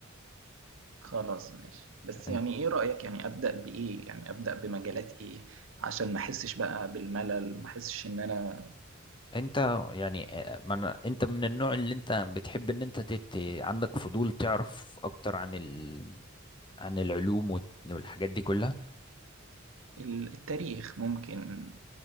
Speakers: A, on the right; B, on the left.
A: خلاص ماشي، بس
B: انت
A: يعني إيه رأيك يعني أبدأ بإيه، يعني أبدأ بمجالات إيه عشان ما أحسّش بقى بالملل وما أحسّش إن أنا
B: انت يعني آه، ما أنا انت من النوع اللي انت بتحب ان انت تت... عندك فضول تعرف اكتر عن ال... عن العلوم والت- والحاجات دي كلها
A: ال التاريخ ممكن،